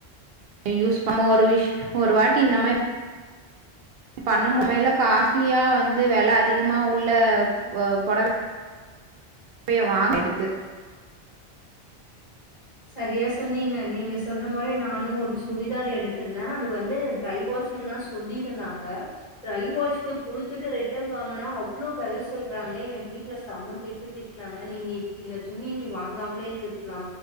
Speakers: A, on the right; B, on the left.
A: யூஸ் பண்ண நம்ம ஒரு விஷ் ஒரு வாட்டி இந்த மா பண்ணமுமையில காஸ்ட்லியா வந்து வில அதிகமா உள்ள ஒ பொடவ இப்பேயே வா எடுத்து
B: சரியா சொன்னீங்க நீங்க சொன்ன மாரி நானு ஒரு சுடிதார் எடுத்திருந்த அது வந்து ட்ரை வாஷன் தா தொண்டிருந்தாங்க ட்ரைவாஸ்க்கு குடுத்துட்டு ரிட்டன் வாங்குனா அவ்ளோ வேல சொல்றாங்க எங்க வீட்ல செம திட்டு திட் நாங்க இனி இந்த துணி வாங்காமலே இருந்துக்கிலா